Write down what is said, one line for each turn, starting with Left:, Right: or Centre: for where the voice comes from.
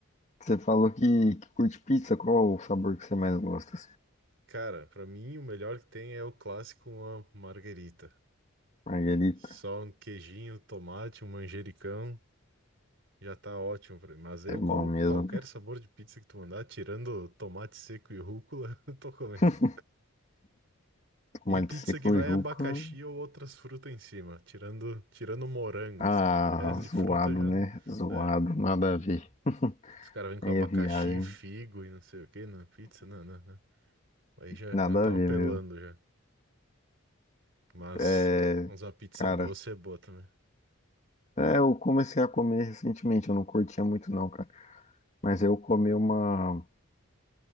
Left: você falou que, que curte pizza, qual o sabor que você mais gosta?
Right: Cara, pra mim o melhor que tem é o clássico uma marguerita.
Left: Marguerita,
Right: Só um queijinho, tomate, um manjericão, já tá ótimo pra mim. Mas eu
Left: é bom
Right: como
Left: mesmo,
Right: qualquer
Left: cara.
Right: sabor de pizza que tu mandar, tirando tomate seco e rúcula, <laughs> eu tô comendo.
Left: <laughs> Tomate
Right: E pizza
Left: seco
Right: que
Left: e
Right: vai
Left: rúcula.
Right: abacaxi ou outras frutas em cima, tirando tirando morango
Left: Ah,
Right: assim. O resto
Left: zoado,
Right: de fruta já
Left: né?
Right: não,
Left: Zoado,
Right: é.
Left: nada a ver. <laughs>
Right: Os caras vêm com
Left: Aí
Right: abacaxi,
Left: é viagem,
Right: figo e não sei o que na pizza, não, não, não. Aí já
Left: nada
Right: já estão
Left: a ver
Right: apelando
Left: mesmo.
Right: já. Mas
Left: É,
Right: mas uma pizza
Left: cara,
Right: doce é boa também.
Left: é, eu comecei a comer recentemente, eu não curtia muito não, cara. Mas eu comi uma,